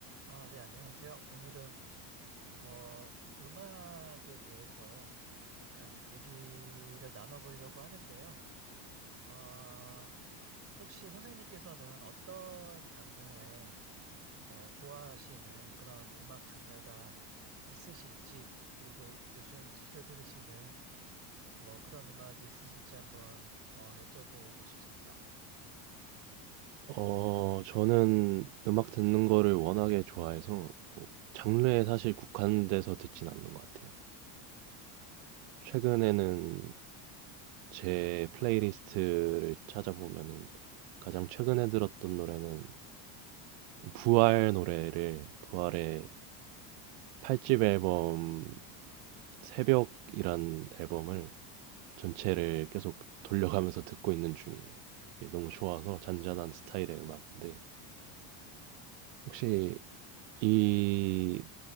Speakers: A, on the right; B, on the right.
A: 아, 네, 안녕하세요. 오늘은, 어, 음악에 대해서 잠깐 얘기를 나눠보려고 하는데요. 어, 혹시 선생님께서는 어떤 장르에, 어, 좋아하시는 그런 음악 장르가 있으실지, 그리고 요즘 즐겨 들으시는 뭐 그런 음악이 있으실지 한번, 어, 여쭤보고 싶습니다.
B: 어, 저는 음악 듣는 거를 워낙에 좋아해서 장르에 사실 국한돼서 듣진 않는 것 같아요. 최근에는 제 플레이리스트를 찾아보면은 가장 최근에 들었던 노래는 부활 노래를 부활의 8집 앨범 새벽이란 앨범을 전체를 계속 돌려가면서 듣고 있는 중이에요. 이게 너무 좋아서 잔잔한 스타일의 음악인데 혹시 이